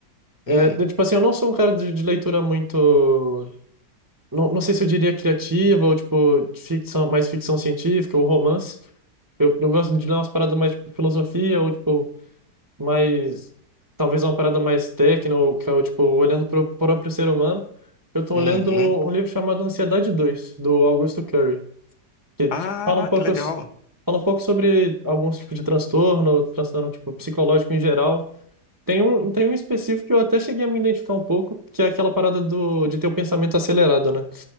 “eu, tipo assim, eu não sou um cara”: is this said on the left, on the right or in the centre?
Right